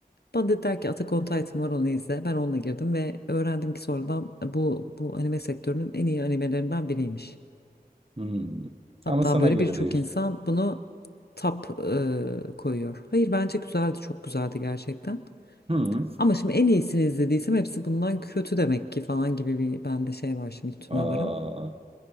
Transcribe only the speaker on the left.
Bana dediler ki Attack on Titan var onu izle. Ben onunla girdim ve öğrendim ki sonradan e, bu bu anime sektörünün en iyi animelerinden biriymiş.
Hatta
böyle
birçok
insan bunu top e, koyuyor. Hayır bence güzeldi, çok güzeldi gerçekten.
Ama şimdi en iyisini izlediysem hepsi bundan kötü demek ki falan gibi bir bende şey var şimdi tüme
varım.